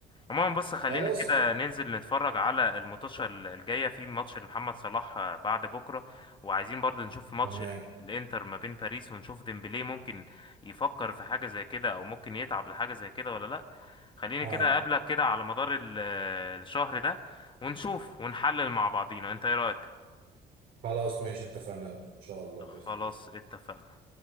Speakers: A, on the left; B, on the right.
A: عموما بص خلينا
B: خلاص
A: كده
B: م-
A: ننزل نتفرج على الماتشة الجاية في ماتش لمحمد صلاح آه، بعد بكرة وعايزين برضو نشوف ماتش
B: تمام
A: ال- الانتر ما بين باريس ونشوف ديمبلي ممكن يفكر في حاجة زي كده او ممكن يتعب لحاجة زي كده ولا لا خليني
B: اه
A: كده اقابلك كده على مدار ال- آه، الشهر ده ونشوف ونحلل مع بعضينا انت ايه رأيك؟
B: خلاص ماشي اتفقنا ان شاء الله
A: خلاص
B: بإذن الله
A: اتفقنا